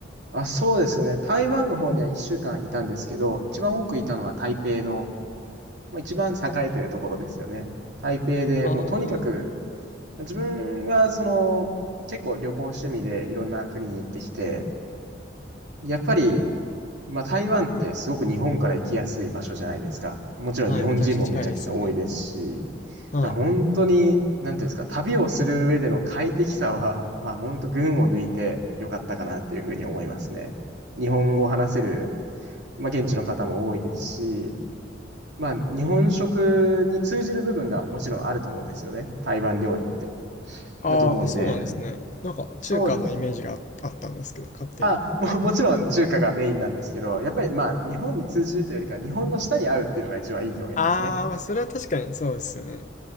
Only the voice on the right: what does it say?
あ、そうですね。台湾の方には1週間いたんですけど、一番多くいたのは台北の、もう一番栄えてるところですよね。台北でもうとにかく、
自分はその結構旅行趣味でいろんな国に行ってきて、やっぱり、まあ、台湾ってすごく日本から行きやすい場所じゃないですか。もちろん日本人もめちゃくちゃ多いですし、
だから本当に、なんていうんですか、旅をする上での快適さは、まあ本当群を抜いてよかったかなっていうふうに思いますね。日本語を話せる、まあ現地の方も多いですし、まあ日本食に通じる部分がもちろんあると思うんですよね。台湾料理って。
だと思うんで、
そうです。
あ、も、<laughs> もちろん中華がメインなんですけど、やっぱりまあ日本に通じるというよりか日本の舌に合うっていうのが一番いい表現ですね。